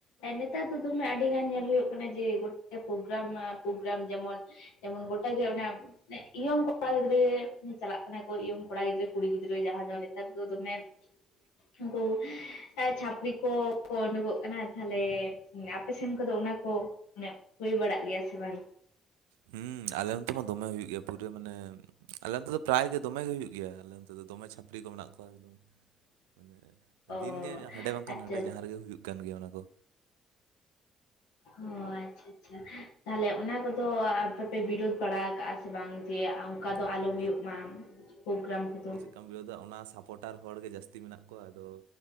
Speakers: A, on the left; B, on the right.
A: ᱱᱮᱛᱟᱨ ᱫᱚ ᱧᱩᱛᱩᱢᱮ ᱟᱹᱰᱤ ᱜᱟᱱ ᱧᱮᱞ ᱦᱩᱭᱩᱜ ᱠᱟᱱᱟ ᱡᱮ ᱜᱚᱴᱟ ᱯᱨᱜᱨᱟᱢ ᱢᱟ ᱯᱳᱜᱨᱟᱢ ᱡᱮᱢᱚᱱ ᱡᱮᱢᱚᱱ ᱜᱚᱴᱟ ᱜᱮ ᱚᱱᱟ ᱤᱭᱚᱝ ᱠᱚᱲᱟ ᱜᱤᱫᱽᱨᱟᱹ ᱜᱮ ᱪᱟᱞᱟᱜ ᱠᱟᱱᱟ ᱠᱚ ᱤᱭᱚᱝ ᱠᱚᱲᱟ ᱜᱤᱫᱽᱨᱟᱹ ᱠᱩᱲᱤ ᱜᱤᱫᱽᱨᱟᱹ ᱡᱟᱦᱟᱸ ᱫᱚ ᱱᱮᱛᱟᱨ ᱫᱚ ᱫᱚᱢᱮ
B: <inaudible>
A: ᱩᱱᱠᱩ ᱪᱷᱟᱯᱨᱤ ᱠᱚ ᱠᱚ ᱩᱰᱩᱠᱚᱜ ᱠᱟᱱᱟ᱾ ᱛᱟᱦᱞᱮ ᱟᱯᱮ ᱥᱮᱱ ᱠᱚᱫᱚ ᱚᱱᱟ ᱠᱚ ᱢᱟᱱᱮ ᱦᱩᱭ ᱵᱟᱲᱟᱜ ᱜᱮᱭᱟ ᱥᱮ ᱵᱟᱝ?
B: ᱦᱮᱸ ᱟᱞᱮ ᱚᱱᱛᱮ ᱢᱟ ᱫᱚᱢᱮ ᱦᱩᱭᱩᱜ ᱜᱮᱭᱟ ᱯᱩᱨᱟᱹ ᱢᱟᱱᱮ, ᱟᱞᱮ ᱚᱱᱛᱮ ᱫᱚ ᱯᱨᱟᱭ ᱜᱮ ᱫᱚᱢᱮ ᱜᱮ ᱦᱩᱭᱩᱜ ᱜᱮᱭᱟ᱾ ᱟᱞᱮ ᱚᱱᱛᱮ ᱫᱚ ᱫᱚᱢᱮ ᱪᱷᱟᱹᱯᱨᱤ ᱠᱚ ᱢᱮᱱᱟᱜ ᱠᱚᱣᱟ ᱮᱠᱫᱚᱢ᱾ ᱢᱟᱱᱮ
A: ᱚ
B: ᱫᱤᱱᱜᱮ ᱦᱟᱸᱰᱮ ᱵᱟᱝᱠᱷᱟᱱ
A: ᱟᱪᱪᱷᱟ
B: ᱱᱟᱰᱮ ᱡᱟᱦᱟᱸ ᱨᱮᱜᱮ ᱦᱩᱭᱩᱜ ᱠᱟᱱ ᱜᱮᱭᱟ ᱚᱱᱟ ᱠᱚ᱾
A: ᱚ ᱟᱪᱪᱷᱟ ᱟᱪᱪᱷᱟ, ᱛᱟᱦᱚᱞᱮ ᱚᱱᱟ ᱠᱚᱫᱚ ᱟᱯᱮ ᱯᱮ ᱵᱤᱨᱳᱫ ᱵᱟᱲᱟ ᱟᱠᱟᱜᱼᱟ ᱥᱮ ᱵᱟᱝ? ᱡᱮ ᱚᱱᱠᱟ ᱫᱚ
B: ᱟᱨ
A: ᱟᱞᱚ ᱦᱩᱭᱩᱜ ᱢᱟ ᱯᱳᱜᱨᱟᱢ ᱠᱚᱫᱚ᱾
B: ᱠᱟᱢ ᱵᱩᱡᱷᱟᱹᱣ ᱫᱟ ᱚᱱᱟ ᱥᱟᱯᱚᱴᱟᱨ ᱦᱚᱲᱜᱮ ᱡᱟᱹᱥᱛᱤ ᱢᱮᱱᱟᱜ ᱠᱚᱣᱟ ᱟᱫᱚ